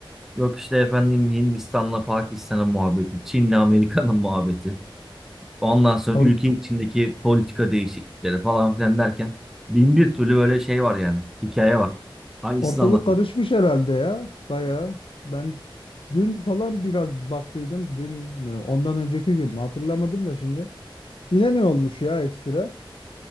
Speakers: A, in the centre; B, on the left.
A: Yok işte efendim Hindistan'la Pakistan'ın muhabbeti, Çin'le Amerika'nın muhabbeti. Ondan sonra
B: Or-
A: ülke içindeki politika değişiklikleri falan filan derken bin bir türlü böyle şey var yani. Hikaye var. Hangisini
B: ortalık
A: anlatayım?
B: karışmış herhalde ya. Bayağı. Ben dün falan biraz baktıydım. Dün mü? Ondan önceki gün mü? Hatırlamadım da şimdi. Yine ne olmuş ya ekstra?